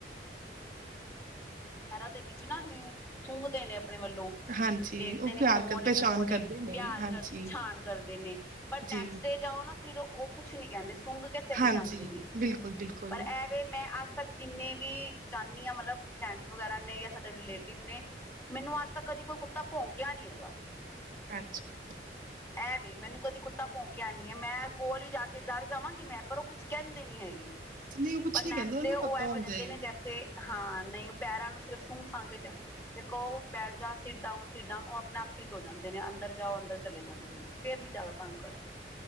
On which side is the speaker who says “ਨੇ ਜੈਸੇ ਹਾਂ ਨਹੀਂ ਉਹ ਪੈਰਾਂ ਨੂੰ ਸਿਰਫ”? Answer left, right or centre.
Left